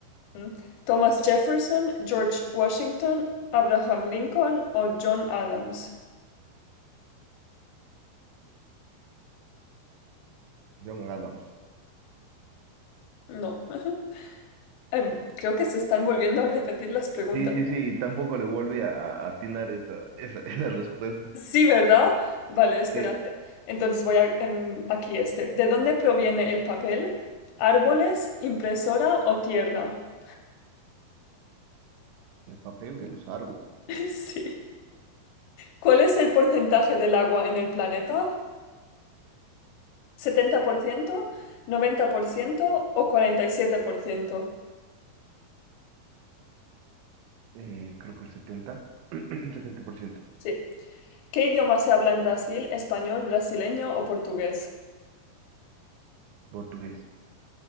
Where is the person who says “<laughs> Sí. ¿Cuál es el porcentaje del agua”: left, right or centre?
Left